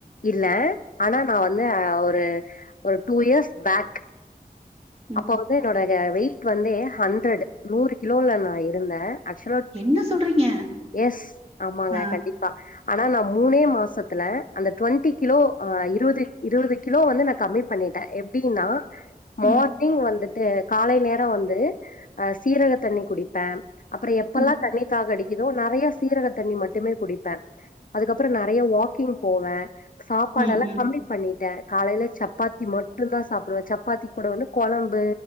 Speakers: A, on the left; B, on the right.
A: இல்ல ஆனா நா வந்து ஒரு ஒரு டூ இயர்ஸ் பேக்
B: ம்
A: அப்போ வந்து என்னோட வெயிட் வந்தே ஹண்டரட் நூறு கிலோல நா இருந்தன் ஆக்சுவலா
B: என்ன சொல்றீங்க
A: எஸ் ஆமாங்க
B: ஆ,
A: கண்டிப் பா ஆனா நா மூனே மாசத்துல அந்த டுவண்ட்டி கிலோ ஆ இருவது இருவது கிலோ வந்து நா கம்மி பண்ணிட்டே எப்டின்னா மார்னிங்
B: ம்
A: வந்துட்டு காலை நேரம் வந்து அ சீரக தண்ணி குடிப்பன் அப்புறம் எப்பல்லா
B: ம்
A: தண்ணி தாகடிக் கிதோ நறையா சீரக தண்ணி மட்டுமே குடிப்ப அதுக்கப்புறம் நறையா வாக்கிங் போவ சாப்பாடு
B: ம்
A: எல்லா
B: ம்
A: கம்மி பண்ணிட்டே காலையில சப்பாத்தி மட்டுந்தான் சாப்டுவன் சப்பாத்தி கூட வந்து கொழம்பு